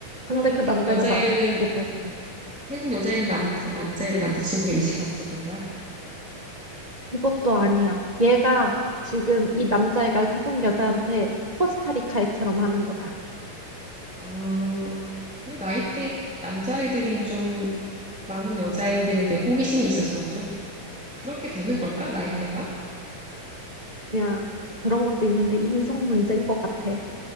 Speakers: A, in the centre; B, on the right.
A: 그러면
B: 근데 그
A: 태국
B: 남자애가
A: 여자애는,
B: 나한테 고백을 해.
A: 태국 여자애는 남, 그 남자애를 남자친구로 인식하고 있었던 거야?
B: 그것도 아니야. 얘가 지금 이 남자애가 태국 여자한테 코스타리카애처럼 하는 거야.
A: 아, 그 나이대 남자애들이 좀 많은 여자애들에 대해 호기심이 있어서 좀 그렇게 되는 걸까? 나이대가?
B: 그냥 그런 것도 있는데 인성 문제인 것 같아.